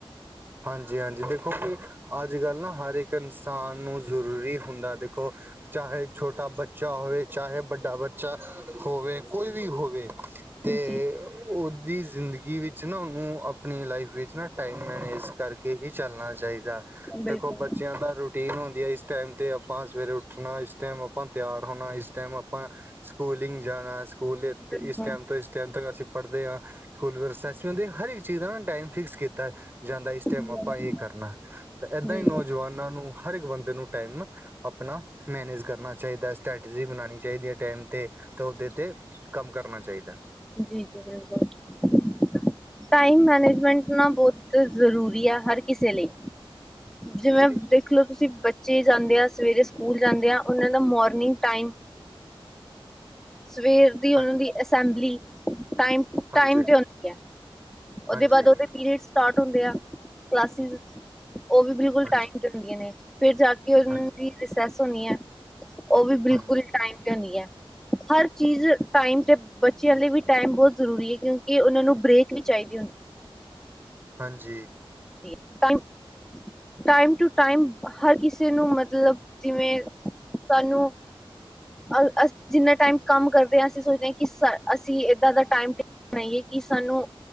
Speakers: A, on the right (about 20°); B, in the centre.
A: ਹਾਂਜੀ-ਹਾਂਜੀ ਦੇਖੋ ਕਿ ਅੱਜ ਕੱਲ੍ਹ ਨਾ ਹਰ ਇੱਕ ਇਨਸਾਨ ਨੂੰ ਜ਼ਰੂਰੀ ਹੁੰਦਾ ਦੇਖੋ ਚਾਹੇ ਛੋਟਾ ਬੱਚਾ ਹੋਵੇ, ਚਾਹੇ ਵੱਡਾ ਬੱਚਾ ਹੋਵੇ, ਕੋਈ ਵੀ ਹੋਵੇ ਤੇ
B: ਜੀ
A: ਉਹਦੀ ਜ਼ਿੰਦਗੀ ਵਿੱਚ ਨਾ ਉਹਨੂੰ ਆਪਣੀ ਲਾਈਫ ਵਿੱਚ ਨਾ ਟਾਈਮ ਮੈਨੇਜ ਕਰਕੇ ਹੀ ਚੱਲਣਾ ਚਾਹੀਦਾ
B: ਬਿਲਕੁਲ
A: ਦੇਖੋ ਬੱਚਿਆਂ ਦਾ ਰੁ ਰੂਟੀਨ ਹੁੰਦੀ ਹੈ ਇਸ ਟਾਈਮ 'ਤੇ ਆਪਾਂ ਸਵੇਰੇ ਉੱਠਣਾ, ਇਸ ਟਾਈਮ ਆਪਾਂ ਤਿਆਰ ਹੋਣਾ, ਇਸ ਟਾਈਮ ਆਪਾਂ ਸਕੂਲਿੰਗ ਜਾਣਾ, ਸਕੂਲ
B: ਬਿਲਕੁਲ
A: ਇਸ ਟਾਈਮ ਤੋਂ ਇਸ ਟਾਈਮ ਤੱਕ ਅਸੀਂ ਪੜ੍ਹਦੇ ਹਾਂ ਸਕੂਲ ਰੀਸੈਸ ਵੀ ਹੁੰਦੀ ਹਰ ਇੱਕ ਚੀਜ਼ ਦਾ ਟਮ ਫਿਕਸ ਕੀਤਾ ਜਾਂਦਾ
B: ਜੀ
A: ਆਪ ਇਹ ਕਰਨਾ ਤੇ ਏਦਾਂ ਹੀ ਨੌਜਵਾਨਾਂ
B: ਜੀ
A: ਨੂੰ ਹਰ ਇੱਕ ਬੰਦੇ ਨੂੰ ਟਾਈਮ ਆਪਣਾ ਮੈਨੇਜ ਕਰਨਾ ਚਾਹੀਦਾ ਸਟ੍ਰੈਟਜੀ ਬਣਾਉਣੀ ਚਾਹੀਦੀ ਹੈ ਟਾਈਮ ਤੇ, ਤਾਂ ਉਹਦੇ ਤੇ ਕੰਮ ਕਰਨਾ ਚਾਹੀਦਾ
B: ਜੀ- ਜੀ ਬਿਲਕੁਲ ਟਾਈਮ ਮੈਨੇਜਮੈਂਟ ਉਠਣਾ ਬਹੁਤ ਜ਼ਰੂਰੀ ਹੈ ਹਰ ਕਿਸੇ ਲਈ, ਜਿਵੇਂ
A: ਜੀ
B: ਦੇ ਦੇਖ ਲਓ ਤੁਸੀਂ ਬੱਚੇ ਜਾਂਦੇ ਆ, ਸਵੇਰੇ ਸਕੂਲ ਜਾਂਦੇ ਆ, ਉਹਨਾਂ ਦਾ ਮੋਰਨਿੰਗ ਟਾਈਮ ਸਵੇਰ ਦੀ ਉਹਨਾ
A: ਹਾਂ
B: ਦੀ ਅਸੈਂਬਲੀ, ਟਾਈਮ
A: ਹਾਂਜੀ
B: ਟਾਈਮ ਤੇ ਹੁੰਦੀਆ, ਉਹਦੇ
A: ਹਾਂਜੀ
B: ਬਾਅਦ
A: ਹਾਂਜੀ
B: ਉਹਦੇ ਪੀਰੀਅਡ ਸਟਾਰਟ ਹੁੰਦੇ ਆ, ਕਲਾਸਿਸ ਉਹ ਵੀ ਬਿਲਕੁਲ
A: ਹਾਂਜੀ
B: ਟਾਈਮ ਚ ਹੁੰਦੀਆਂ ਨੇ ਫਿਰ ਜਾ ਕੇ ਕਿ ਉਹਨਾਂ
A: ਹਾਂਜੀ
B: ਦੀ ਰਿਸੈਸ ਹੋਣੀ ਹੈ, ਉਹ ਵੀ ਬਿਲਕੁਲ
A: ਹਾਂਜੀ
B: ਟਾਈਮ ਤੇ ਹੁੰਦੀ ਹੈ ਹਰ ਚੀਜ਼ ਟਾਈਮ ਤੇ ਬੱਚਿਆਂ ਲਈ ਵੀ ਟਾਈਮ ਬਹੁਤ ਜ਼ਰੂਰੀ ਹੈ ਕਿਉਂਕਿ ਉਹਨਾਂ ਨੂੰ ਬ੍ਰੇਕ ਵੀ ਚਾਹੀਦੀ ਹੁੰਦੀ
A: ਹਾਂਜੀ
B: <unintelligible> <unintelligible> ਟਾਈਮ ਟੂ ਟਾਈਮ ਹਰ ਕਿਸੇ ਨੂੰ ਮਤਲਬ ਜਿਵੇਂ ਸਾਨੂੰ ਅ ਅਂ ਜਿੰਨਾ ਟਾਈਮ ਕੰਮ ਕਰਦੇ ਹਾਂ ਅਸੀਂ ਸੋਚਦੇ ਹਾਂ ਕਿ ਅਸੀਂ ਏਦਾਂ ਦਾ ਟਾਈਮ ਬਣਾਈਏ ਕਿ ਸਾਨੂੰ